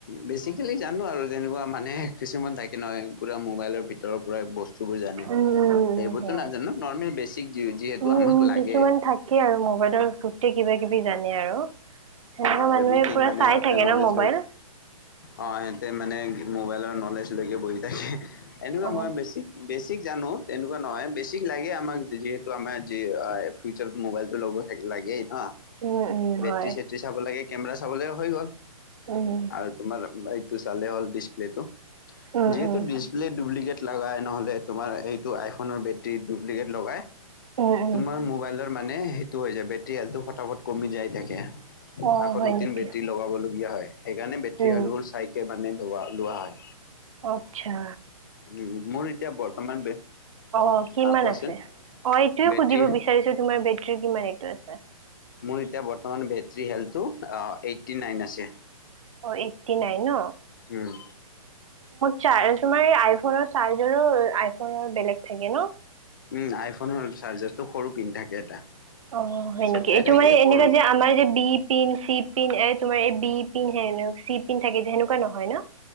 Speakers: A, on the left; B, on the right.
A: বেচিকেলি জানো আৰু যেনেকুৱা মানে কিছুমান থাকে নহয় পুৰা মোবাইলৰ ভিত ভিতৰৰ পৰাই বস্তু বোৰ জানে
B: উম উম উম
A: এইবোৰতো
B: হয়
A: নাজানো নৰ্মেল বেছ টিক যিওই যিহেতু
B: উম
A: আমাক
B: উম
A: লাগে
B: কিছুমান থাকে আৰু মোবাইলৰ গোটেই কিবা কিবি জানে আৰু সেনেকুৱা
A: অ
B: মানুহে
A: এভিথিং
B: পুৰা
A: মানে
B: চাই
A: সিহঁতে
B: থাকে
A: নলেজ
B: ন মোবাইল
A: লৈ অ সিহঁতে মানে মোবাইলৰ নলেজ লৈকে বহি থাকে এনেকুৱা
B: অ
A: মই বেছিক বেছি টিক জানো তেনেকুৱা নহয় বেছিক লাগে আমাক যিহেতু আমাৰ যি ফিউচাৰত মোবাইল টো লগত থাকিলে লাগেই হাঃ
B: উম উম
A: বেৰ্টী
B: হয়
A: চেৰ্টী চাব লাগে কেমেৰা চাবলে হৈ গ'ল
B: উম
A: আৰু তোমাৰ এইটো চালে হ'ল ডিচপ্লেটো
B: উম
A: যিহেতু
B: উম
A: ডিছপ্লে ডুব্লিকেট লগাই নহ'লে তোমাৰ এইটো আই'ফোনৰ বেৰ্টী ডুব্লিকেট লগাই
B: উম উম
A: তোমাৰ মোবাইলৰ মানে সেইটো হৈ যায় বেটৰী হালটো ফটাফট কমি যাই থাকে
B: অ
A: আকৌ
B: হয়
A: নতুন
B: নেকি
A: বেটৰী লগাবলগীয়া হয় সেইকাৰণে বেৰ্টী
B: উম
A: বোৰ চাইকে মানে লগোৱা লোৱা হয়
B: অটচ্ছা
A: উম, মোৰ এতিয়া বৰ্তমান বে
B: অ
A: আ,
B: কিমান
A: কোৱাচোন
B: আছে অ এইটোয়ে
A: বেটৰী
B: সুধিব বিচাৰিছো তোমাৰ বেৰ্টী কিমান এইটো আছে
A: মোৰ এতিয়া বেৰ্টী হেলটো এইতটি নায়েন আছে
B: অ এইটটি নাইন ন
A: উম
B: চাৰ্ তোমাৰ আইফনৰ চাৰ্জাৰো আইফনৰ বেলেগ থাকে ন
A: উম আইফোনৰ চাৰ্জাৰটো সৰু পিন থাকে এটা
B: অ হয়
A: চেপ্টাই
B: নেকি এইটো
A: থাকে
B: মানে
A: সৰু
B: এনেকা যে আমাৰ যে বি পিন চি পিন তোমাৰ এই বি পিন চি পিন থাকে যে সেনেকুৱা নহয় ন